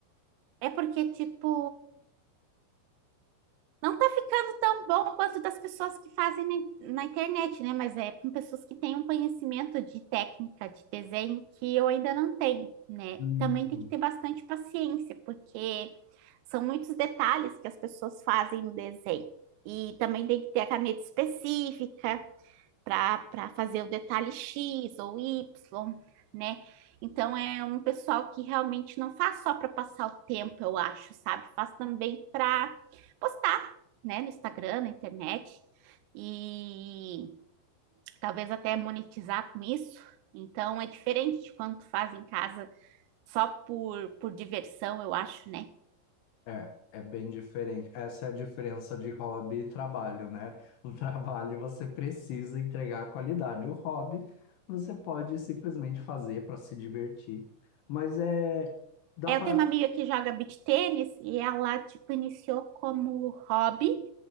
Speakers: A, on the right (about 90°); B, on the left (about 70°).
A: É porque, tipo, não tá ficando tão bom quanto das pessoas que fazem na, na internet, né? Mas é com pessoas que têm um conhecimento de técnica de desenho que eu ainda não tenho, né?
B: Hum,
A: Também tem que ter bastante paciência, porque são muitos detalhes que as pessoas fazem no desenho. E também tem que ter a caneta específica, para fazer o detalhe X ou Y, né? Então é um pessoal que realmente não faz só para passar o tempo, eu acho, sabe? Faz também para postar, né, no Instagram, na internet e talvez até monetizar com isso. Então é diferente de quando tu faz em casa só por, por diversão, eu acho, né?
B: É, é bem diferente. Essa é a diferença de hobby e trabalho, né? O <laughs> trabalho você precisa entregar a qualidade. O hobby você pode simplesmente fazer para se divertir. Mas é, dá
A: É,
B: para.
A: Eu tenho uma amiga que joga beach tênis e ela, tipo, iniciou como hobby,